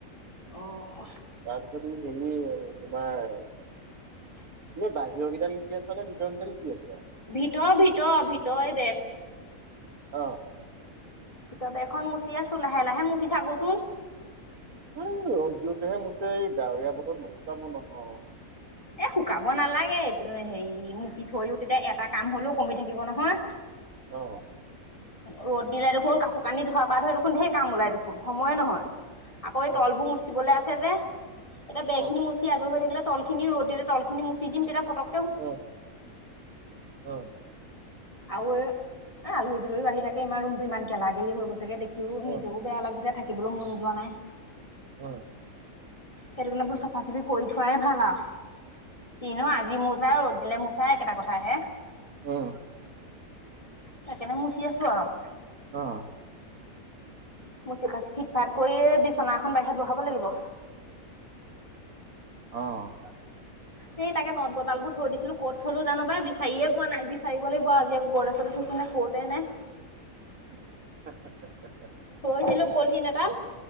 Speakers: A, on the left; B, on the right.
A: অ'।
B: তাৰপিছত ই হেৰি তোমাৰ
A: <inaudible>
B: তুমি বাহিৰৰ কেইটা লিপি আছে নে ভিতৰৰ কেইটা লিপি আছা?
A: ভিতৰ ভিতৰ ভিতৰ এই
B: অহ।
A: ভিতৰৰ বেৰখন মুচি আছো লাহে লাহে মচি থাকোচোন।
B: এই ৰদ দিওঁতেহে মুছে, ডাৱৰীয়া বতৰত নুশুকব নহয়।
A: এ শুকাব নালাগে এইটো হেৰি মুচি থৈলো তেতিয়া এটা কাম হলেও কমি থাকিব নহয়।
B: অহ।
A: ৰ'দ দিলাই দেখোন কাপোৰ কানি ধোৱাোৱাৰ পা ধৰি দেখোন ঢেৰ কাম ওলাই দেখোন সময়ে নহয়। আকৌ
B: অ
A: এই তলবোৰ মুচিবলৈ আছ চে যে এতিয়া বেৰখিনি
B: অ
A: মচি আজৰি হৈ থাকিলে তলখিনি ৰদ দিল তলখিনি মুচি দিম তেতিয়া পতক
B: অহ হয়।
A: আৰু এ আলহৈ লৈয়ো আহি থাকে। ইমান ৰুমটো ইমান গেলা-গেলি হৈ গৈছেগে দেখি সিও নিজও
B: অ
A: বেয়া লাগিছে থাক বলো মন যোৱা নাই।
B: হয়।
A: হেতোকাৰনে এইবোৰ চাফা-চাফি কৰি থোৱাই ভালা আৰু। তিনিও আজি মোজ পোৰা ৰ'দ দিলে মোচা একেটা কথাহে।
B: উম।
A: সেকাৰনে মুচি আছো আৰু।
B: অ'।
A: মুচি-কাচি ফিট-ফাট কৰি এ বিচনা এখন বাহিৰত বহাব লাগিব।
B: অ'।
A: সেই তাকে নট, গজালবোৰ থৈ দিছিলো। ক'ত থলো জানো পাই বিচাৰিয়ে পোৱা নাই। বিচাৰিব লাগিব আজি আকৌ গডৰেচতে থৈছো নে ক'তেনে
B: <unintelligible>
A: থৈছিলো পলিথিন এটাত